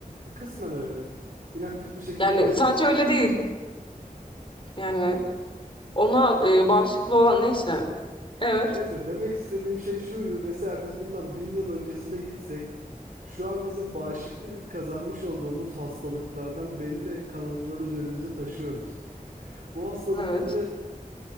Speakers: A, on the right; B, on the left.
A: Kısmen öyle inaktif bir şekilde
B: Yani sadece öyle değil. Yani ona e, bağışıklı olan neyse. Evet.
A: Neyse demek istediğim şey şuydu. Mesela biz bundan bin yıl öncesine gitsek şu an bizim bağışıklık kazanmış olduğumuz hastalıklardan belli kalıntıları üzerimize taşıyoruz. Bu hastalıkları
B: Evet.